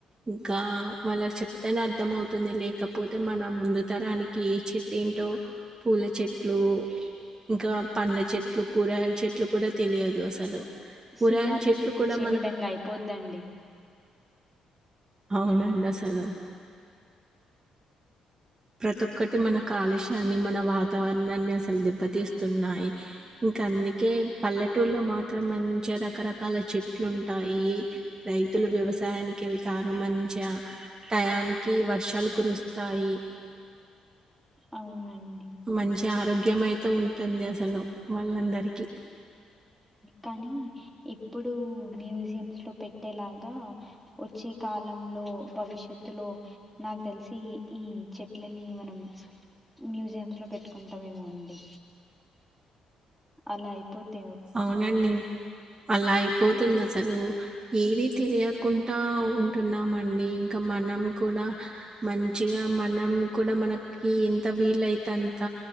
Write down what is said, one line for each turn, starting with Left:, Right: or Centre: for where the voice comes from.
Right: ఇంకా వాళ్ళకి చెప్తేనే అర్థం అవుతుంది లేకపో క పోతే మన ముందు తరానికి ఏ చెట్టు ఏంటో పూల చెట్లు ఇంకా పండ్ల చెట్లు కూరయల చెట్లు కూడా తెలియదు అసలు కూరగాయల
Centre: సినిమాల్లో
Right: చెట్లు
Centre: చూపించే
Right: కూడా
Centre: విధంగా అయిపోద్దండి
Right: అవునాడా సలం ప్రతి ఒక్కటి మన కాలుష్యాన్ని మన వాతావరణాన్ని అసలు దెబ్బతీస్తున్నాయి ఇంకా అందుకే పల్లెటూరులో మాత్రం మంచి రకరకాల చెట్లు ఉంటాయి రై వ్యక్తులు వ్యవసాయానికి వెళ్తారు మంచి టయానికి వర్షాలు కురుస్తాయి
Centre: అవునండి
Right: మంచి ఆరోగ్యం అయితే ఉంటుంది అసలు వాళ్ళందరికీ
Centre: కానీ ఎప్పుడు మ లో పెట్టేలా వచ్చ కాలంలో భవిష్యత్తులో నాకు తెలిసి ఈ చెట్లని మనం మ్యూజియమ్స్ లో పెట్టుకుంటామేమో అండి అలా అయిపోతే
Right: అవునండి అలా అయిపోతుంది అసలు ఏది తెలియకుండా ఉంటున్నామ అండి ఇంకా మనం కూడా మంచి ఖ మనం కూడా మనకి ఎంత వీలుయి అంత